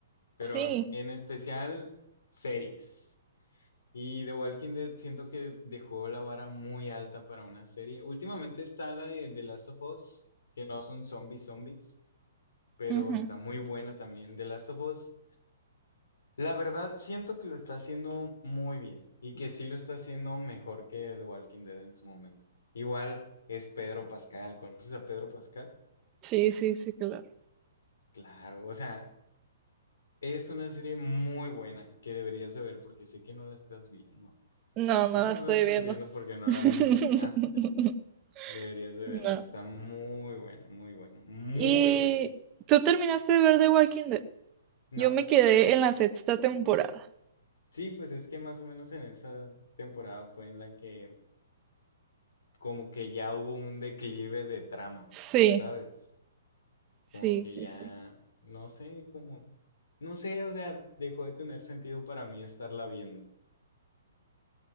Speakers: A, on the left (about 80°); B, on the right (about 25°).
A: Pero
B: Sí.
A: en especial series. Y The Walking Dead siento que dejó la vara muy alta para una serie. Últimamente está la de The Last of Us, que no son zombies zombies. pero
B: ujú.
A: está muy buena también. de Last of Us, la verdad siento que lo está haciendo muy bien y que sí lo está haciendo mejor que The Walking Dead en su momento. Igual es Pedro Pascal, ¿conoces a Pedro Pascal?
B: Sí, sí, sí, claro.
A: Claro, o sea, es una serie muy buena que deberías de ver porque sé que no la estás viendo.
B: No,
A: Sé
B: no la
A: que no
B: estoy
A: la estás
B: viendo.
A: viendo porque no
B: <laughs>
A: la mencionaste. Deberías de
B: No.
A: verla, está muy bueno, muy bueno, muy
B: ¿Y
A: bueno.
B: tú terminaste de ver The Walking Dead?
A: No,
B: Yo me quedé en la sexta temporada.
A: Sí, pues es que más o menos en esa temporada fue en la que como que ya hubo un declive de tramas,
B: Sí,
A: ¿sabes?
B: sí,
A: Como que
B: sí,
A: ya,
B: sí.
A: no sé, como, no sé, o sea, dejó de tener sentido para mí estarla viendo.